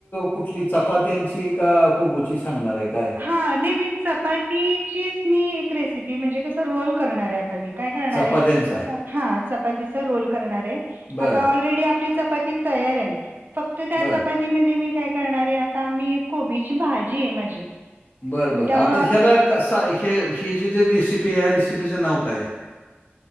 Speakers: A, on the left; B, on the right.
A: कुठली चपात्यांची की कोबूची सांगणार आहे काय?
B: हा नाही मी चपातीचीच मी एक रेसिपी म्हणजे कसं रोल करणार आहे आता मी. काय करणार
A: चपात्यांचा.
B: हा चपाती रोल करणार आहे
A: बरं,
B: आता ऑलरेडी आपली चपाती तयार आहे फक्त त्या
A: बरं.
B: मी काय करणारे आता मी कोबीची भाजी आहे माझी.
A: बरं
B: मग
A: बरं
B: त्यामुळे
A: आता ह्याला क सा हे ही जी जे रेसिपी आहे रेसिपीचं नाव काय?